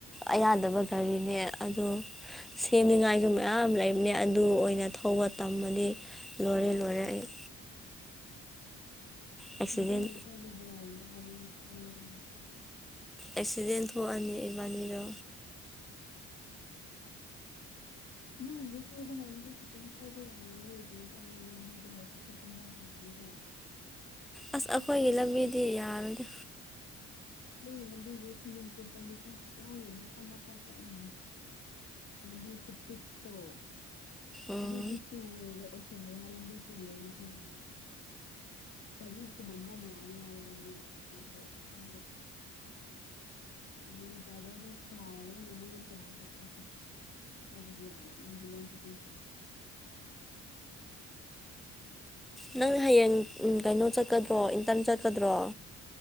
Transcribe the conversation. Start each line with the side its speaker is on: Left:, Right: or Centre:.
Centre: ꯑꯌꯥꯗꯕ ꯒꯥꯔꯤꯅꯦ ꯑꯗꯨ ꯁꯦꯝꯅꯤꯉꯥꯏꯒꯤ ꯃꯌꯥꯝ ꯂꯩꯕꯅꯦ ꯑꯗꯨ ꯑꯣꯏꯅ ꯊꯧꯕ ꯇꯝꯕꯗꯤ ꯂꯣꯔꯦ ꯂꯣꯔꯦ ꯑꯩ
Left: <inaudible>
Centre: ꯑꯦꯛꯁꯤꯗꯦꯟ
Left: ꯈꯨꯟꯗꯥ ꯂꯩꯔꯤꯀꯅꯗꯎ ꯍꯥꯏꯕ ꯐ ꯀꯗꯤ
Centre: ꯑꯦꯛꯁꯤꯗꯦꯟ ꯍꯅꯤꯕꯥꯅꯤꯗ
Left: ꯅꯗ ꯊꯧꯕ ꯍꯥꯏꯅꯁꯨ ꯈꯤꯇꯪ ꯊꯧꯕ ꯌꯥꯔꯅꯦ ꯀꯩꯅꯣ ꯇꯧꯔꯅꯤ ꯂꯝꯕꯤꯗꯣ ꯀꯥꯈꯠꯀꯨꯝꯗꯥ ꯇꯧꯔꯅꯤꯀꯣ <inaudible>
Centre: ꯑꯁ ꯑꯩꯈꯣꯏꯒꯤ ꯂꯝꯕꯤꯗꯤ ꯌꯥꯔꯗꯦ
Left: ꯀꯔꯤ ꯂꯝꯕꯤꯁꯦ ꯁꯤꯖ ꯆꯦꯠꯇꯅꯤꯀꯣ ꯐꯛꯂꯥꯡꯗ ꯅꯄꯥꯛ ꯅꯄꯥ ꯆꯠꯏꯅꯤ ꯂꯝꯕꯤ ꯀꯄꯤꯛꯛꯇꯣ
Centre: ꯎꯝ
Left: ꯑꯗꯨꯁꯨ ꯇꯨꯨꯔꯦꯒ ꯑꯣꯏꯁꯤꯜꯂꯦ ꯂꯝꯕꯤ ꯄꯤꯌꯦꯦ ꯃꯊꯛꯇꯨꯗ ꯀꯔꯤ ꯊꯣꯃꯝꯕ ꯃꯌꯥꯝ ꯌꯥꯎꯔꯕꯅꯤ ꯏꯃꯥꯟꯅꯕꯤꯗꯨꯗꯣ ꯑꯗꯨꯁꯨ ꯀ ꯇꯕꯗ ꯁꯋꯥꯏ ꯅꯣꯏ ꯆꯃꯃꯦ ꯆꯀꯥ ꯐꯅꯤ ꯐꯂꯕꯗ ꯃꯥ ꯂꯣꯟꯣꯟ ꯆ
Centre: ꯅꯪ ꯍꯌꯦꯡ ꯀꯩꯅꯣ ꯆꯠꯀꯗ꯭ꯔꯣ ꯏꯟꯇꯔꯟ ꯆꯠꯀꯗ꯭ꯔꯣ